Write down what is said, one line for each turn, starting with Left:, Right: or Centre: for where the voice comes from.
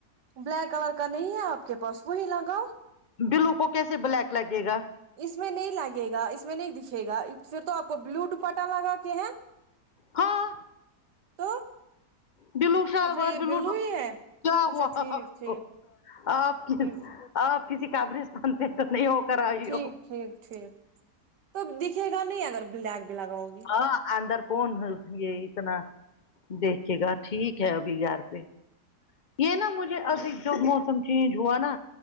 Right: بلیک کلر کا نہیں ہے آپ کے پاس وہی لگاؤ
Left: بلو کو کیسے بلیک لگے گا
Right: اس میں نہیں لگے گا اس میں نہیں دیکھے گا پھر تو آپ کو بلو ڈوپٹہ لگا کے ہے
Left: ہاں
Right: تو
Left: بلو شلوار
Right: اچھا یہ
Left: بلو ڈو
Right: ہی ہے
Left: کیا
Right: اچھا
Left: ہوا ہا
Right: ٹھیک
Left: ہا
Right: ٹھیک
Left: ہو آپ کی
Right: ٹھیک
Left: آپ کسی قبرستان سے تو نہیں ہو کر آئی
Right: ٹھیک
Left: ہو
Right: ٹھیک ٹھیک تو دیکھے گا نہیں اگر بلیک بھی لگاؤ گی
Left: ہاں اندر کون یہ اتنا دیکھیے گا ٹھیک ہے ابھی یار پہ یہ نا مجھے ابھی جو موسم چینج ہوا نا